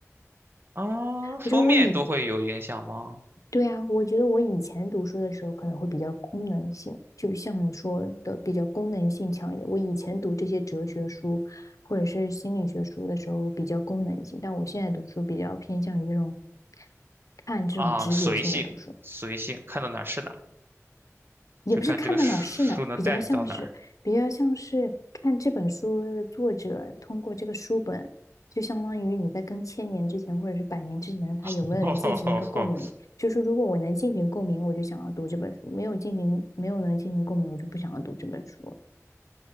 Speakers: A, on the right; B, on the left.
A: 啊，封面都会有影响吗？
B: 我觉得我以，对啊，我觉得我以前读书的时候可能会比较功能性，就像你说的比较功能性强一点。我以前读这些哲学书或者是心理学书的时候比较功能性，但我现在读书比较偏向于这种看这种直觉性的读书。
A: 啊，随性，随性，看到哪儿是哪儿，
B: 也不是看到哪儿是哪儿比较像是比较像是看这本书的作者通过这个书本，
A: 就看这个书能带你到哪儿。
B: 就相当于你在跟千年之前或者是百年之前的他有没有能进行一个共鸣。
A: <laughs>
B: 就是如果我能进行共鸣，我就想要读这本书；没有进行没有能进行共鸣，我就不想要读这本书。